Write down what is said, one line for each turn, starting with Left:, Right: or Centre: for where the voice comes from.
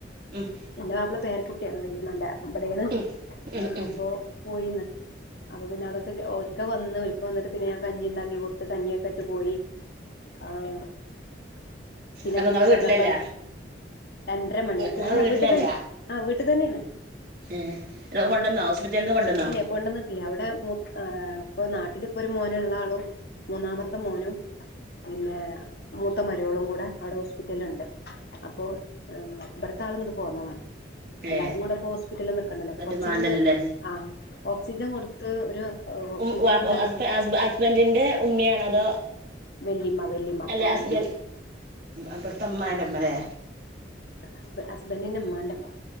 Right: ഉം
Left: ഇന്റെ മാപ്പള പേരക്കുട്ടിയാണ് വെല്ലിമാന്റെ ഇബടേണ്
Right: ഉം
Left: ആഹ്
Right: ഉം ഉം
Left: അപ്പൊ പോയിന്ന്. അപ്പൊ പിന്നെ അതൊക്കെ ഒരിക്കെവന്ന് ഒരിക്ക വന്നിട്ട് പിന്നെ ഞ കഞ്ഞി ഇണ്ടാക്കി കൊടുത്ത് കഞ്ഞിയൊക്കെറ്റ് പോയി. ആഹ് പിന്നെ
Right: അപ്പൊ
Left: തിരിച്ച്
Right: നിങ്ങളെ വീട്ടിലല്ല
Left: വന്നപ്പൊ അര് അരമണിയായിക്ക്‌ണ്
Right: നിങ്ങളെ
Left: അല്ല
Right: വീട്ടിലല്ല
Left: വീട്ട്തന്നെ ആഹ് വീട്ട്തന്നേണ്
Right: ഏഹ് കൊണ്ടന്നോ ഹോസ്പിറ്റലിൽന്ന് കൊണ്ടന്നോ.
Left: ഇല്ലെ കൊണ്ടന്നിട്ടില്ല അവിടെ മൂത്ത് ആഹ് ഇപ്പൊ നാട്ടിലിപ്പൊര് മോന്ള്ള ആളും. മൂന്നാമത്തെ മോനും പിന്നെ മൂത്ത മരോളും കൂടെ അവിടെ ഹോസ്പിറ്റലിൽണ്ട്. അപ്പൊ ഇബട്ത്തെ ആള്ങ്ങട്ട് പോന്നതാണ്.
Right: ഏ
Left: എല്ലാരും കൂടെ പ്പൊ ഹോസ്പിറ്റലിൽ നിക്കണ്ടല്ലോ കൊറൊച്ചൊന്ന്
Right: അത് മാണ്ടല്ലല്ലേ
Left: ആ ഓക്സിജൻ കൊട്ത്ത് ഒരു ഓക്സിജൻ
Right: മം വാപ്പ
Left: കൊണ്ട് എടു
Right: ഹസ് ഹസ് ഹസ്ബൻഡിന്റെ ഉമ്മയാണതോ.
Left: വല്യമ്മ വല്യമ്മ
Right: അല്ല
Left: ഉമ്മാന്റെ
Right: അസ്ബൻ
Left: ഉമ്മ
Right: ഇബട്ത്തെ ഇമ്മാന്റെ ഇമ്മ ലെ.
Left: ഹസ് ഹസ്ബൻഡിന്റെ ഇമ്മാന്റെമ്മ